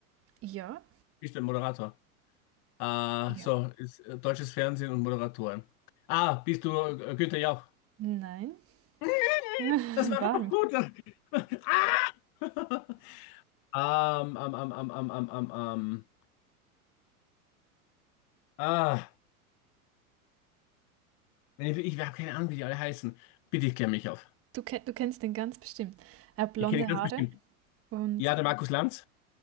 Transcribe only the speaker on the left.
Ist ein Moderator. Ah,
so, ist äh, deutsches Fernsehen und Moderatoren. Ah, bist du äh, Günther Jauch?
<laughs>
Das war
doch gut. <laughs> Ah! <laughs> Ähm, ähm, ähm, ähm, ähm, ähm, ähm, ähm. Ah, wenn ich, ich habe keine Ahnung, wie die alle heißen. Bitte klär mich auf.
Ich kenne ihn ganz
bestimmt.
Ja, der Markus Lanz.